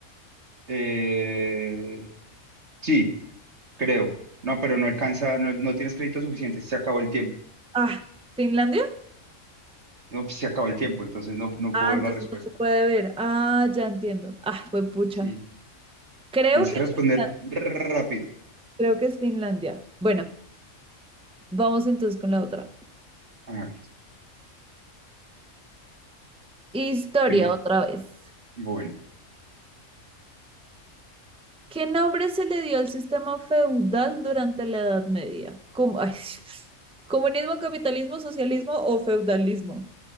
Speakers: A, on the right; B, in the centre.
A: Eh, sí, creo. No, pero no alcanza, no, no tienes crédito suficiente. Se acabó el tiempo.
B: Ah, ¿Finlandia?
A: No, pues, se acabó el tiempo, entonces no, no
B: Ah,
A: puedo ver
B: entonces
A: la respuesta.
B: no se puede ver. Ah, ya entiendo. Ah, fue pucha.
A: Sí,
B: Creo
A: tienes
B: que
A: que responder
B: es Finlandia.
A: rápido.
B: Creo que es Finlandia. Bueno, vamos entonces con la otra.
A: A ver,
B: Historia
A: que me.
B: otra vez.
A: Bueno,
B: ¿Qué nombre se le dio al sistema feudal durante la Edad Media? Como- ay, <laughs> ¿Comunismo, capitalismo, socialismo o feudalismo?